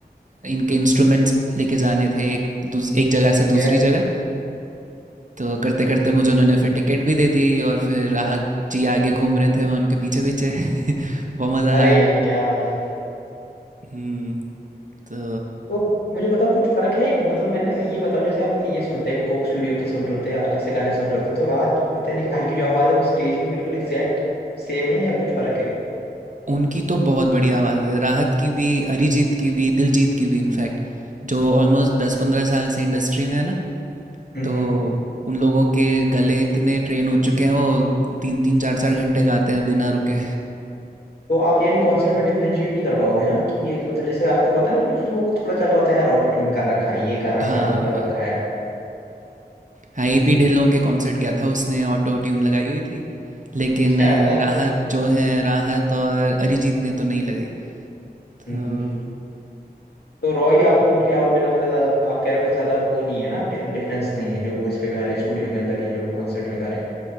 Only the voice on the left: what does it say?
ठीक
है
अरे
यार क्या बात है
तो मुझे बताओ कुछ फर्क है मतलब मैंने ये बताओ जैसे हम ये सुनते हैं कोक स्टूडियो के सुन रहे होते हैं अलग से गाने सुन रहे होते हैं तो राहत फतेह अली खान की जो आवाज है वो स्टेज पे बिल्कुल एग्जैक्ट सेम है या कुछ फर्क है
हम्म
हम्म।
तो आप यानी
कॉन्सर्ट में डिफरेंशिएट नहीं कर पाओगे हाँ कि ये मतलब जैसे आपको पता है ना कुछ वो थोड़ा चल रहा होता है यार ऑटो ट्यून कर रखा है ये कर रखा
है वो कर रखा है
अच्छा
हम्म हम्म। तो रॉय आपको
उनकी आवाज में लगता है ज्यादा आप कह रहे हो कि ज्यादा वो नहीं है ना डिफरेंस नहीं है जो वो इस पे गा रहे हैं स्टूडियो के अंदर या जो कॉन्सर्ट में गा रहे हैं